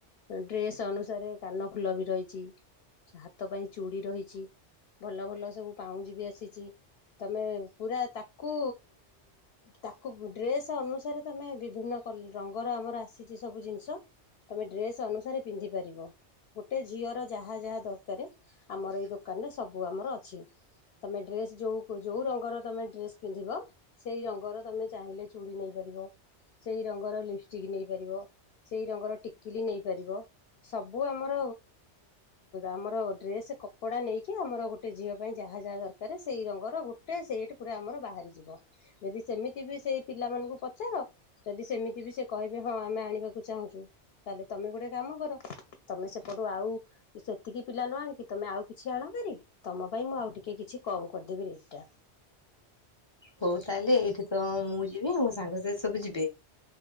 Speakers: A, on the left; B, on the left.
A: ଡ୍ରେସ ଅନୁସାରେ କାନ ଫୁଲ ବି ରହିଛି ହାତ ପାଇଁ ଚୁଡି ରହିଛି ଭଲ ଭଲ ସବୁ ପାଉଁଜି ବି ଆସିଛି ତମେ ପୁରା ତାକୁ ତାକୁ ଡ୍ରେସ ଅନୁସାରେ ତମେ ବିଭିନ୍ନ ରଙ୍ଗର ଆମର ଆସିଛି। ସେ ସବୁ ଜିନିଷ ତୁମେ ଡ୍ରେସ୍ ଅନୁସାରେ ପିନ୍ଧିପାରିବ ଗୋଟେ ଝିଅର ଯାହା ଯାହା ଦରକାରେ ଆମର ଏଇ ଦୋକାନରେ ସବୁ ଆମର ଅଛି ତୁମେ ଡ୍ରେସ୍ ଯେଉଁ ଯେଉଁ ରଙ୍ଗର ତୁମେ ଡ୍ରେସ୍ ପିନ୍ଧିବ ସେଇ ରଙ୍ଗର ତୁମେ ଚାହିଁଲେ ଚୁଡ଼ି ନେଇପାରିବ ସେଇ ରଙ୍ଗର ଲିପଷ୍ଟିକ୍ ନେଇପାରିବ। ସେଇ ରଙ୍ଗର ଟିକିଲି ନେଇପାରିବ ସବୁ ଆମର ଆମର ଡ୍ରେସ୍ କପଡ଼ା ନେଇକି ଆମର ଗୋଟେ ଝିଅ ପାଇଁ ଯାହା ଯାହା ଦରକାର ସେଇ ରଙ୍ଗର ଗୋଟେ ସେଟ୍ ପୁରା ଆମର ବାହାରିଯିବ ଯଦି ସେମିତି ବି ସେଇ ପିଲାମାନଙ୍କୁ ପଚାର ଯଦି ସେମିତି ବି ସେ କହିବେ ହଁ ଆମେ ଆ। ଚାହୁଁଛୁ ତାହଲେ ତମେ ଗୋଟେ କାମ କର ତମେ ସେପଟୁ ଆଉ ସେତିକି ପିଲା ନ ଆଣିକି ତମେ ଆଉ କିଛି ଆଣ କରିି ତମ ପାଇଁ ମୁଁ ଆଉ ଟିକେ କିଛି କମ କରିଦେବି ରେଟ ଟା।
B: ହଉ ତାହେଲେ ଏଇଠି ତ ମୁଁ ଯିବି ମୋ ସାଙ୍ଗ ସା ସବୁ ଯିବି